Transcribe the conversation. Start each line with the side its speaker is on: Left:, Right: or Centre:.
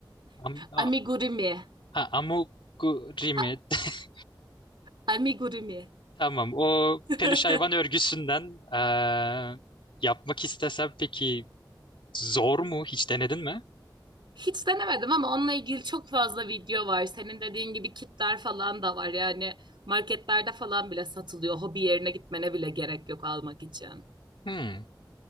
Left: Am, a-
Right: Amigurumi.
Left: ha, amigurumi.
Right: A-
Left: <laughs>
Right: amigurumi.
Left: Tamam. O
Right: <laughs>
Left: peluş hayvan örgüsünden eee, yapmak istesem peki zor mu? Hiç denedin mi?
Right: Hiç denemedim ama onunla ilgili çok fazla video var. Senin dediğin gibi kitler falan da var. Yani marketlerde falan bile satılıyor. Hobi yerine gitmene bile gerek yok almak için.
Left: Hmm.